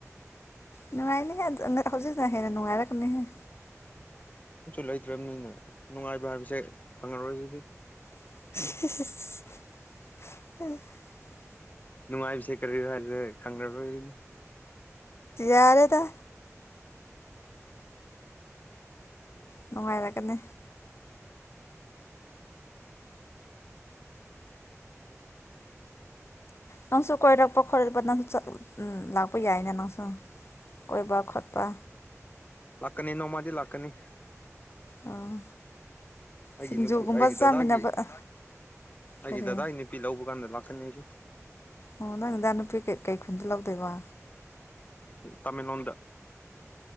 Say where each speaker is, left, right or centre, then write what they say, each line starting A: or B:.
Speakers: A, on the left (about 55°); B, on the left (about 30°).
A: ꯅꯅꯨꯡꯉꯥꯏꯅꯤ ꯍꯥꯏꯖꯤ ꯍꯦꯔ ꯅꯅꯨꯡꯉꯥꯏꯔꯛꯅꯤ ꯍꯥꯏ
B: ꯂꯩꯇ꯭ꯔꯕꯅꯤꯅ ꯅꯨꯡꯉꯥꯏꯕ ꯍꯥꯏꯕꯁꯦ ꯐꯪꯉꯔꯣꯏ ꯑꯗꯨꯗꯤ
A: <inaudible>
B: ꯅꯨꯡꯉꯥꯏꯕꯁꯦ ꯀꯔꯤꯣ ꯍꯥꯏ ꯈꯪꯅꯔꯣꯏꯅꯣ
A: ꯑꯦꯔꯦꯗ ꯅꯨꯡꯉꯥꯏꯔꯀꯅꯤ ꯅꯪꯁꯨ ꯀꯣꯏꯔꯛꯄ ꯈꯣꯠꯂꯛꯄ ꯅꯪꯁꯨ ꯂꯥꯛꯄ ꯌꯥꯏꯅ ꯅꯪꯁꯨ ꯀꯣꯏꯕ ꯈꯣꯠꯄ
B: ꯂꯥꯛꯀꯅꯤ ꯅꯣꯡꯃꯗꯤ ꯂꯥꯛꯀꯅꯤ
A: ꯑꯣ
B: ꯑꯩꯒꯤ
A: ꯁꯤꯡꯖꯨꯒꯨꯝꯕ
B: ꯅꯨꯄꯤ ꯑꯩꯒꯤ
A: ꯆꯥꯃꯤꯟꯅꯕ
B: ꯗꯗꯥꯗꯥꯒꯤ
A: ꯑ,
B: ꯑꯩꯒꯤ
A: ꯀꯔꯤ
B: ꯗꯗꯥꯗꯥꯒꯤ ꯅꯨꯄꯤ ꯂꯧꯕ ꯀꯥꯟꯗ ꯂꯥꯛꯀꯅꯤ ꯑꯩꯁꯨ
A: ꯑꯣ ꯅꯪꯗꯥ ꯅꯨꯄꯤ ꯀꯩ ꯀꯩ ꯈꯨꯟꯗꯤ ꯂꯧꯗꯣꯏꯕ
B: ꯇꯃꯦꯡꯂꯣꯗ